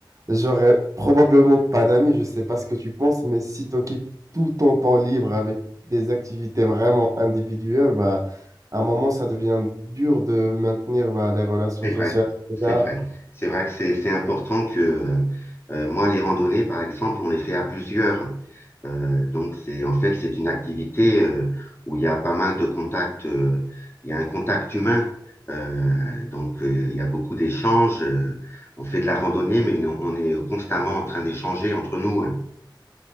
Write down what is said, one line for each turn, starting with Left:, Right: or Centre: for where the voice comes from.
Right: j'aurais probablement pas d'amis. Je sais pas ce que tu penses, mais si tu occupes tout ton temps libre avec des activités vraiment individuelles, bah, à un moment, ça devient dur de maintenir bah, les relations
Left: C'est
Right: sociales,
Left: vrai,
Right: etc.
Left: c'est vrai. C'est vrai que c'est c'est important que euh, euh, moi, les randonnées, par exemple, on les fait à plusieurs. Euh, donc, c'est, en fait, c'est une activité euh, où il y a pas mal de contacts. euh, il y a un contact humain. Euh, donc, euh, il y a beaucoup d'échanges. euh, on fait de la randonnée, mais non- on est constamment en train d'échanger entre nous. hein.